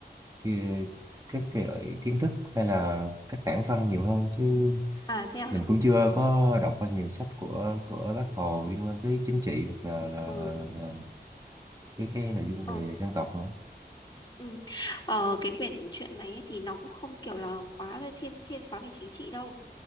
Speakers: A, on the right; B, on the left.
A: cái, các cái loại kiến thức hay là các tảng văn nhiều hơn chứ
B: À thế à?
A: mình cũng chưa có đọc qua nhiều sách của của Bác Hồ liên quan tới chính trị hoặc là là,
B: Ừ.
A: là, là cái cái nội dung
B: Ờ,
A: về dân tộc nữa.
B: ừ. Ờ, cái quyển truyện này ấy, thì nó cũng không kiểu là quá về thiên thiên quá về chính trị đâu.